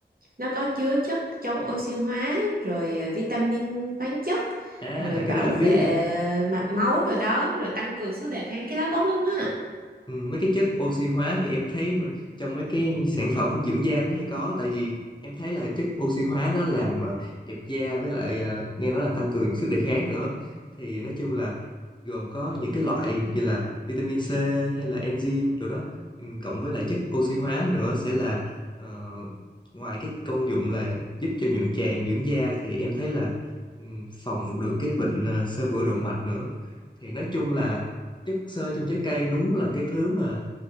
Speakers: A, on the right; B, on the left.
A: nó có chứa chất chống oxy hóa rồi à, vitamin khoáng chất
B: à
A: rồi bảo
B: cái đó em
A: vệ
B: biết
A: mạch máu rồi đó rồi tăng cường sức đề kháng cái đó tốt lắm á
B: Ừ, mấy cái chất oxy hóa thì em thấy mà trong mấy cái sản phẩm dưỡng da nó hay có tại vì em thấy là chất oxy hóa nó làm ờ, đẹp da với lại ờ, nghe nói là tăng cường sức đề kháng nữa thì nói chung là gồm có những cái loại như là vitamin C hay là enzyme rồi đó ừ, cộng với lại chất oxy hóa nữa sẽ là ờ, ngoài cái công dụng là giúp cho nhuận tràng dưỡng da thì em thấy là ừ, phòng được cái bệnh ờ, xơ vữa động mạch nữa thì nói chung là chất xơ trong trái cây đúng là cái thứ mà